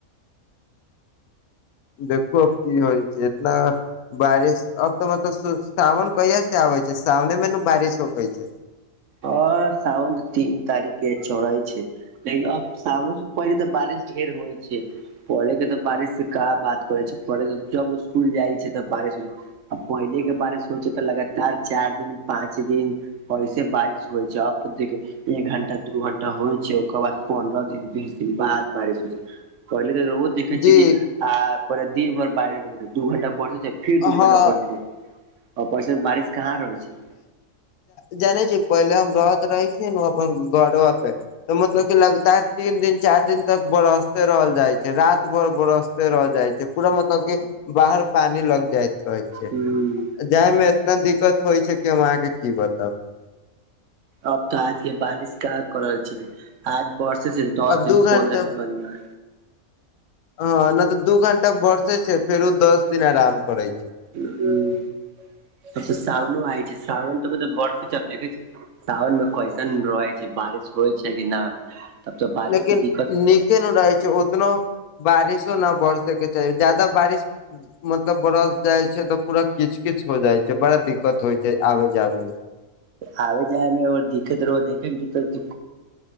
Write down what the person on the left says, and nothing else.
देखू की होइ छै इतना बारिश अब त मतलब सावन कहिया से आबै छै सावने मे न बारिश होकै छै
जी
हँ
जाने छी पहिले हम रहत रहे छी ने अपन घरबा पे त मतलब क लगातार तीन दिन चार दिन तक बरसते रहल जाए छै रात भर बरस रह जाइ छै पूरा मतलब क बाहर पानी लग जाइत रहै छै
जाय में एतना दिक्कत होइ छै कि हम अहाँ के की बताऊ
अब दू
घंटा
हँ नहि तऽ दू घंटा बरसे छै फेरो दस दिन आराम करे छै
लेकिन
नीक के नहि रहै छै ओतनो बारिसो नहि भर सके चाही ज्यादा बारिश मतलब बरस जाइ छै त पूरा किच किच हो जाइ छै बड़ा दिक्कत होइ छै आबे जाबे मे